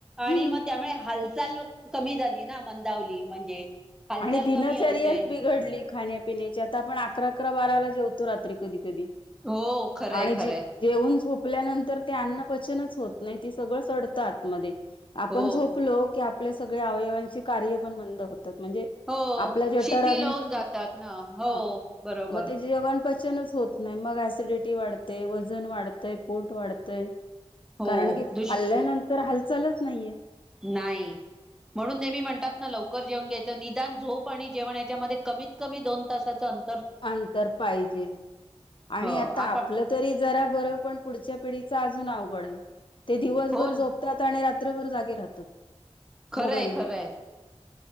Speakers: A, in the centre; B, on the left.
A: आणि
B: हम्म
A: मग त्यामुळे हालचाल कमी झाली ना मंदावली म्हणजे. हालचाल
B: आणि दिनचर्याच
A: कमी होते
B: बिघडली खाण्यापिण्याची आता आपण अकरा अकरा बाराला जेवतो रात्री कधी कधी
A: हो खरंय
B: आणि
A: खरंय
B: जे जेऊन झोप झोपल्यानंतर ते अन्न पचनच होत नाही ते सगळं सडत आतमध्ये आपण
A: हो
B: झोपलो की आप आपल्या सगळया अवयवांची कार्य पण मंद होतात. म्हणजे
A: हो
B: आपलं जठर
A: शिथिल
B: अग्निपण
A: होऊन जातात
B: मन
A: ना हो
B: ह
A: बरोबर
B: म ते जेवण पच पचनच होत नाही मग ऍसिडिटी वाढते वजन वाढतय पोट वाढतय.
A: हो
B: कारण की
A: दुष्
B: खाल्ल्यानंतर हालचालच नाहीये.
A: नाही. म्हणून नेहमी म्हणतात ना लवकर जेवून घ्यायचं निदान झोप आणि जेवण याच्यामध्ये कमीत कमी दोन तासाचं अंत
B: अंतर पाहिजे आणि
A: हो
B: आता
A: आपण
B: आपलं तरी जरा बरं पण पुढच्या पिढी च अजून अवघड आहे ते दिवसभर
A: हो ना,
B: झोपतात आणि रात्रभर जागे राहतात.
A: खरंय
B: मोबाईल घेऊन
A: खरंय.